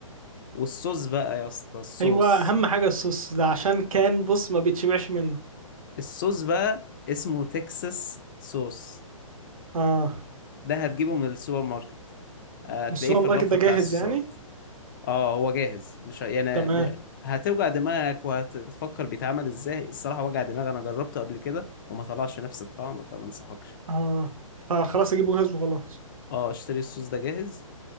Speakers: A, on the left; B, on the right.
A: والصوص بقى يا اسطى الصوص
B: ايوه اهم حاجه الصوص ده عشان كان بص ما بيتشبعش منه
A: الصوص بقى اسمه تكساس صوص
B: اه
A: ده هتجيبه من السوبر ماركت هتلاقيه
B: مش السوبر
A: في
B: ماركت
A: الرف
B: ده
A: بتاع
B: جاهز
A: الصوصات
B: يعني
A: اه هو جاهز مش ه- يعني
B: تمام
A: م- هتوجع دماغك وهتفكر بيتعمل ازاي الصراحة وجع دماغ انا جربته قبل كده وما طلعش نفس الطعم فما انصحكش
B: اه فخلاص اجيبه جاهز وخلاص
A: اه اشتري الصوص ده جاهز